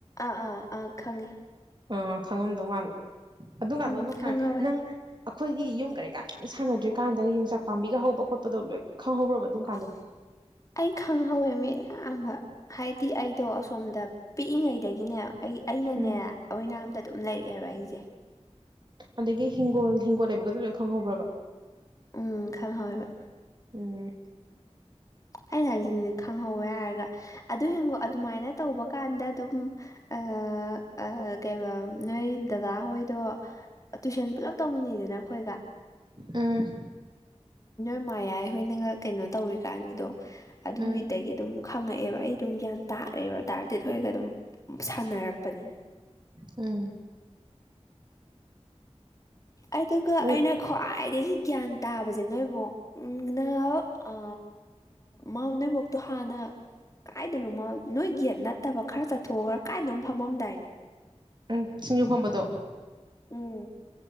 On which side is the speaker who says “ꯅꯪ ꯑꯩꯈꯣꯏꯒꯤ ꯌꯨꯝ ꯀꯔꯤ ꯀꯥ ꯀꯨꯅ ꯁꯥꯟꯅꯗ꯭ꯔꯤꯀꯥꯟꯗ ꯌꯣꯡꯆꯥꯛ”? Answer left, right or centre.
Right